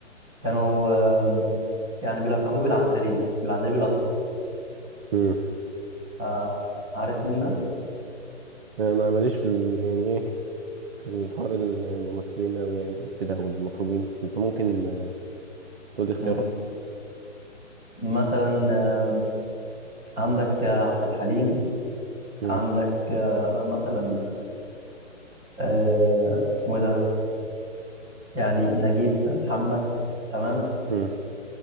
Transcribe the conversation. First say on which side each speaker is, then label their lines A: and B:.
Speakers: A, on the right; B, on the right.
A: كانوا آه يعني بيلقبوه بالعندليب بالعندليب الاسمر
B: مم.
A: فعارف مين ده؟
B: انا ماليش في ال... يعني ايه في الحوار الممثلين اوي يعني او كده او المطربين فانت ممكن آه، تقول لي اختيارات
A: مم. مثلا آه، عندك آه، عبد الحليم
B: مم.
A: عندك آه، مثلا آه، اسمه ايه ده يعني نجيب محمد تمام
B: مم.